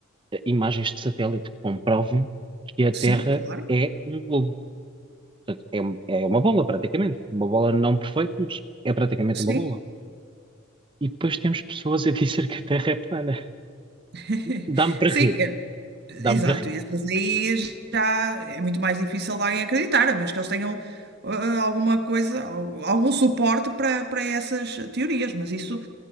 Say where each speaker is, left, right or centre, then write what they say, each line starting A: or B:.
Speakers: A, on the right (about 25°); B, on the right (about 50°).
A: imagens de satélite que comprovam que a
B: sim,
A: Terra
B: claro.
A: é um globo. Portanto, é, um- é uma bola, praticamente. Uma bola não perfeita, mas é praticamente
B: Sim,
A: uma bola. E depois temos pessoas a <laughs> dizer que a Terra é plana.
B: <laughs>
A: Dá-me para
B: sim,
A: rir,
B: é,
A: dá-me
B: exato.
A: para rir.
B: E essas aí já é muito mais difícil de alguém acreditar, a menos que eles tenham ah, alguma coisa, al- algum suporte para para essas teorias. Mas isso